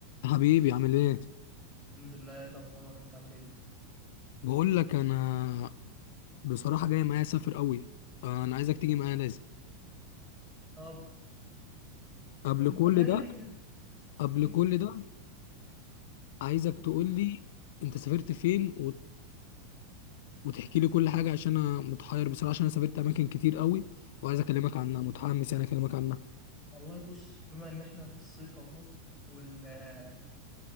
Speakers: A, on the left; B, in the centre.
A: حبيبي عامل ايه
B: الحمد لله إيه الاخبار انت عامل ايه
A: بقول لك انا بصراحه جاي معايا اسافر قوي انا عايزك تيجي معايا لازم
B: طب
A: قبل
B: طب انت
A: كل
B: جاي
A: ده
B: ليه كده
A: قبل
B: جاي
A: كل
B: كده
A: ده عايزك
B: قول.
A: تقول لي انت سافرت فين وت... وتحكي لي كل حاجه عشان انا متحير بصراحه عشان انا سافرت اماكن كتير قوي وعايز اكلمك عنها متحمس يعني اكلمك عنها
B: والله بص بما ان احنا في الصيف اهو والجو